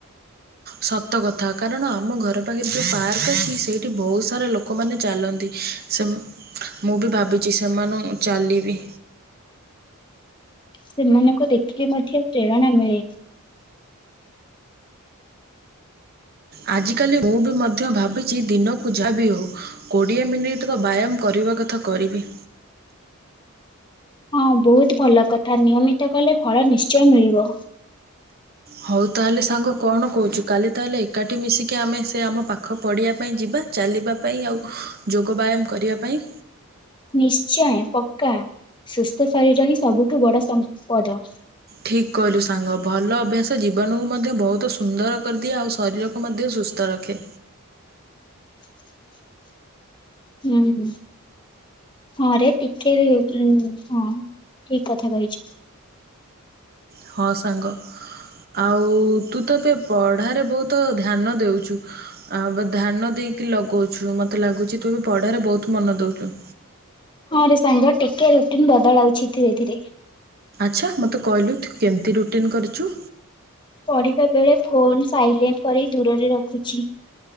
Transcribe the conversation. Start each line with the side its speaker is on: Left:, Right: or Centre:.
Right: ସତ କଥା କାରଣ ଆମ ଘର ପାଖରେ ଯେଉଁ ପାର୍କ ଅଛି ସେଇଠି ବହୁତ ସାରା ଲୋକମାନେ ଚାଲନ୍ତି ସେ ମୁଁ ବି ଭାବିଛି ସେମାନଙ୍କୁ ଚାଲିବି
Left: ସେମାନଙ୍କୁ ଦେଖିଲି ମଧ୍ୟ ପ୍ରେରଣା ମିଳେ।
Right: ଆଜିକାଲି ମୁଁ ବି ମଧ୍ୟ ଭାବିଛି ଦିନକୁ ଯାହା ବିି ହଉ କୋଡ଼ିଏ ମିନିଟର ବ୍ୟାୟାମ କରିବା କଥା କରିବି
Left: ହଁ ବହୁତ ଭଲ କଥା ନିୟମିତ କଲେ ଭଳ ନିଶ୍ଚୟ ମିଳିବ।
Right: ହଉ ତାହେଲେ ସାଙ୍ଗ କଣ କହୁଛୁ କାଲି ତାହେଲେ ଏକାଠି ମିଶିକି ଆମେ ସେ ଆମ ପାଖ ପ଼ିବା ପାଇଁ ଯିବା ଚାଲିବା ପାଇଁ ଆଉ ଯୋଗ ବ୍ୟାୟାମ କରିବା ପାଇଁ
Left: ନିଶ୍ଚୟ ପକ୍କା ସୁସ୍ଥ ଶରୀର ହିଁ ସବୁଠୁ ବଡ ସମ୍ପଦ
Right: ଠିକ କହିଲୁ ସାଙ୍ଗ ଭଲ ଅଭ୍ୟାସ ଜୀବନକୁ ମଧ୍ୟ ବହୁତ ସୁନ୍ଦର କରିଦିଏ ଆଉ ଶରୀରକୁ ମଧ୍ୟ ସୁସ୍ଥ ରଖେ
Left: <unintelligible> ହୁଁ ହଁରେ ଟିକେ ହଁ ଠିକ କଥା କହିଛ।
Right: ହଁ ସାଙ୍ଗ ଆଉ ତୁ ତ ଏବେ ପଢ଼ାରେ ବହୁତ ଧ୍ୟାନ ଦେଉଛୁ ଆ ଧ୍ୟାନ ଦେଇକି ଲଗାଉଛୁ ମତେ ଲାଗୁଛି ତୁ ଏବେ ପଢ଼ାରେ ବହୁତ ମନ ଦେଉଛୁ।
Left: ହଁ ରେ ସାଙ୍ଗ ଟିକେ ରୁଟିନ ବଦଳାଉଛି ଧୀରେ ଧୀରେ
Right: ଆଚ୍ଛା ମୋତେ କହିଲୁ ତୁ କେମିତି ରୁଟିନ୍ କରିଛୁ।
Left: ପଢିବା ବେଳେ ଫୋନ୍ ସାଇଲେଣ୍ଟ କରି ଦୂରରେ ରଖୁଛି।